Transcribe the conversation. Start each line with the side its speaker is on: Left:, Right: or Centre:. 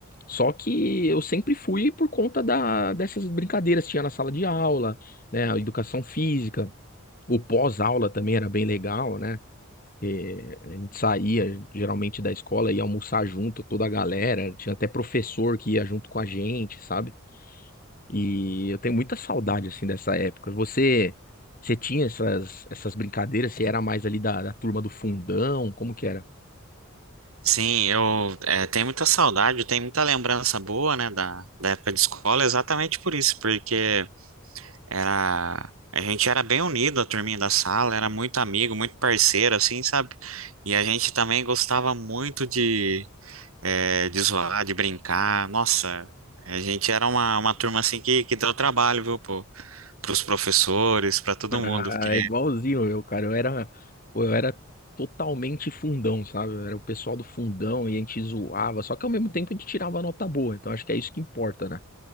Left: Só que eu sempre fui por conta da, dessas brincadeiras que tinha na sala de aula, né? A educação física, o pós-aula também era bem legal, né? É, a gente saía geralmente da escola, ia almoçar junto, toda a galera. Tinha até professor que ia junto com a gente, sabe? E eu tenho muita saudade, assim, dessa época. Você, você tinha essas, essas brincadeiras? Você era mais ali da, da turma do fundão? Como que era?
Right: Sim, eu eh, tenho muita saudade, tenho muita lembrança boa, né, da, da época de escola, exatamente por isso, porque era, a gente era bem unido, a turminha da sala, era muito amigo, muito parceiro, assim, sabe? E a gente também gostava muito de, eh, de zoar, de brincar, nossa, a gente era uma, uma turma, assim, que, que deu trabalho, viu, pro, pros professores, pra todo
Left: Ah,
Right: mundo, porque,
Left: é igualzinho eu, cara. Eu era, pô, eu era totalmente fundão, sabe? Eu era o pessoal do fundão e a gente zoava. Só que ao mesmo tempo a gente tirava nota boa. Então acho que é isso que importa, né?